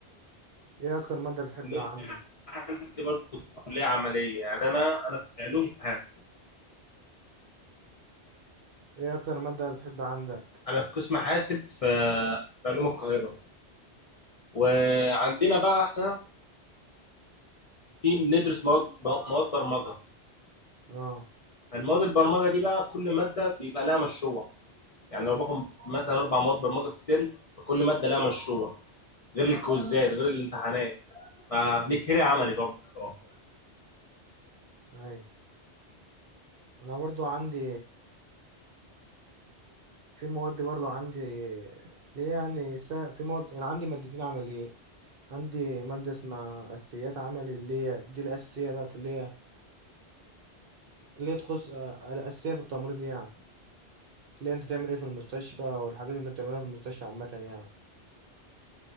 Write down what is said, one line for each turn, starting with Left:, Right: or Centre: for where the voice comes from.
Right: ايه اكتر ماده بتحبها
Left: كلية
Right: عندك
Left: عندي برضه كليه عمليه يعني انا انا في علوم حاسب.
Right: ايه اكتر ماده بتحبها عندك
Left: انا في قسم حاسب في في علوم القاهره وعندنا بقى احنا في بندرس مواد مواد برمجه
Right: اه
Left: فالمواد البرمجه دي بقى كل ماده بيبقى لها مشروع يعني لو باخد مثلا اربع مواد برمجه في الترم فكل ماده لها مشروع غير الكويزات غير الامتحانات فبنتهري عملي برضه بصراحه
Right: اي انا برضو عندي في مواد برضو عندي ليه يعني سا... في مواد أنا عندي مادتين عملية عندي مادة اسمها أساسيات عملي اللي هي دي الأساسية بقى اللي هي اللي هي تخص آه، الأساسية في التمريض يعني اللي هي أنت تعمل إيه في المستشفى والحاجات اللي أنت بتعملها في المستشفى عامة يعني